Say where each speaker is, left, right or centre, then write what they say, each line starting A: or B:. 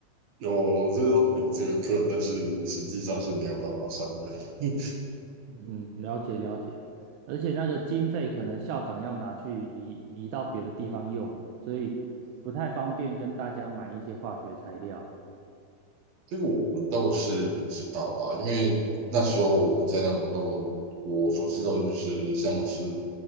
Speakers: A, on the right (about 65°); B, on the right (about 80°).
A: 有这有这个课，但是实际上是没有办法上的。<laughs>
B: 嗯，了解了解，而且那个经费可能校长要拿去移移到别的地方用，所以不太方便跟大家买一些化学材料。
A: 这个我们倒是不知道啦，因为那时候我在那个时候，我所知道就是像是